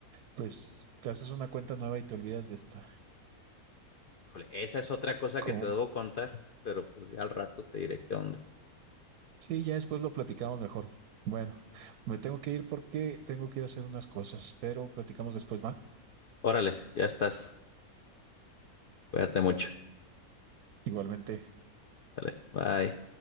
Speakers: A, on the right; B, on the left.
A: pues te haces una cuenta nueva y te olvidas de esta.
B: Híjole, esa es otra cosa
A: ¿Cómo?
B: que te debo contar, pero pues ya al rato te diré qué onda.
A: Sí, ya después lo platicamos mejor. Bueno, me tengo que ir porque tengo que ir a hacer unas cosas, pero platicamos después, ¿va?
B: Órale, ya estás. Cuídate mucho.
A: Igualmente.
B: Dale, bye.